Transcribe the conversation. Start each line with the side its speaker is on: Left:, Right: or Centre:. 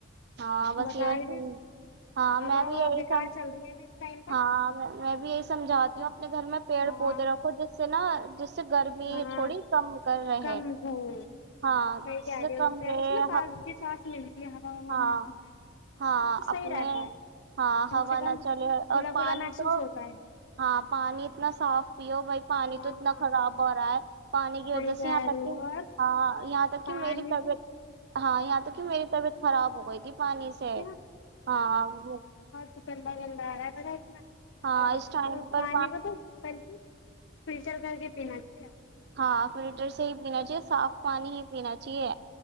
Right: ہاں بس
Left: بتائے
Right: یہ
Left: بھی
Right: س ہاں
Left: ہوا
Right: میں بھی
Left: ہوا
Right: یہی
Left: بیکار
Right: سم
Left: چل رہی ہے ابھی اس ٹائم پر
Right: ہاں میں بھی یہی سمجھا ج دوں اپنے گھر میں پیڑ
Left: ہاں
Right: پودے رکھو جس سے نا جس سے گرمی
Left: ہاں
Right: تھوڑی کم کر رہے
Left: کم ہو
Right: ہاں
Left: صحیح
Right: اس
Left: کہہ
Right: سے
Left: رہے
Right: کم
Left: ہو پیڑوں
Right: رہے
Left: سے نا تازگی سانس ملتی ہے ہوا ہوا
Right: ہاں
Left: ملتی ہے
Right: ہاں
Left: تو اس سے صحیح
Right: اپنے
Left: رہتا ہے
Right: ہاں
Left: کم
Right: ہوا
Left: سے کم
Right: نہ چلے
Left: کھلا
Right: اور پانی
Left: کھلا محسوس
Right: تو
Left: ہوتا ہے
Right: ہاں پانی اتنا صاف پیو بھائی پانی
Left: ہاں
Right: تو اتنا خراب ہو رہا ہے پانی کی وجہ
Left: صحیح کہہ
Right: سے یہاں تک
Left: رہی ہو
Right: کہ
Left: اور
Right: ہاں یہاں تک
Left: پانی
Right: کہ میری طبیعت
Left: تو
Right: ہاں یہاں تک کہ میری طبیعت خراب ہو گئے پانی
Left: اچھا
Right: سے ہاں وہ
Left: سکندا گہ آر بڑا ہے نا
Right: ہاں
Left: اور
Right: اس ٹائم پر
Left: پانی کا تو خ فلٹر کر کے پینا چاہیے
Right: ہاں فلٹر سے ہی پینا چاہیے صاف پانی ہی پینا چاہیے